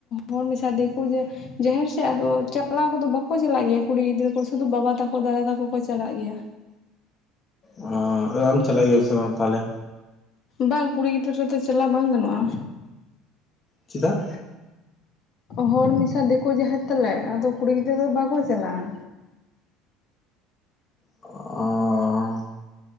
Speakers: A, on the left; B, on the left.
A: ᱦᱚᱲ ᱢᱮᱥᱟ ᱫᱮᱠᱚ ᱡᱮ ᱡᱟᱦᱮᱨ ᱥᱮ ᱟᱫᱚ ᱪᱟᱞᱟᱣ ᱠᱚᱫᱚ ᱵᱟᱠᱚ ᱪᱟᱞᱟᱜ ᱜᱮᱭᱟ ᱠᱩᱲᱤ ᱜᱤᱫᱽᱨᱟᱹ ᱠᱚ ᱥᱩᱫᱩ ᱵᱟᱵᱟ ᱛᱟᱠᱚ ᱫᱟᱫᱟ ᱛᱟᱠᱚ ᱠᱚ ᱪᱟᱞᱟᱜ ᱜᱮᱭᱟ
B: ᱚᱸ ᱟᱫᱚ ᱟᱢ ᱪᱟᱞᱟᱜ ᱜᱮᱭᱟᱢ ᱥᱮ ᱵᱟᱝ ᱛᱟᱦᱚᱞᱮ
A: ᱵᱟᱝ ᱠᱩᱲᱤ ᱜᱤᱫᱽᱨᱟᱹ ᱨᱮᱫᱚ ᱪᱟᱞᱟᱣ ᱵᱟᱝ ᱜᱟᱱᱚᱜᱼᱟ
B: ᱪᱮᱫᱟᱜ
A: ᱦᱚᱲ ᱢᱮᱥᱟ ᱫᱤᱠᱩ ᱡᱟᱦᱮᱨ ᱛᱟᱞᱮ ᱟᱫᱚ ᱠᱩᱲᱤ ᱜᱤᱫᱽᱨᱟᱹ ᱫᱚ ᱵᱟᱠᱚ ᱪᱟᱞᱟᱜᱼᱟ
B: ᱚᱸᱻ